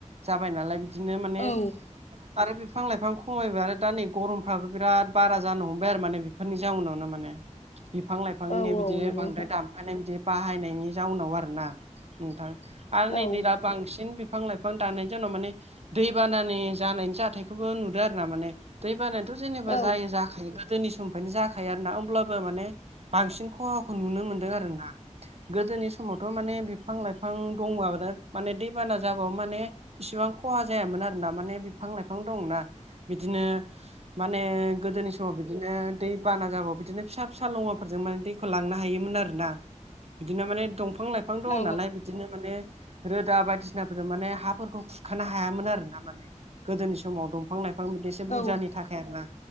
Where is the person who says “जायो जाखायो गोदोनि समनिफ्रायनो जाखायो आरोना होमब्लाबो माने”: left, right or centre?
Right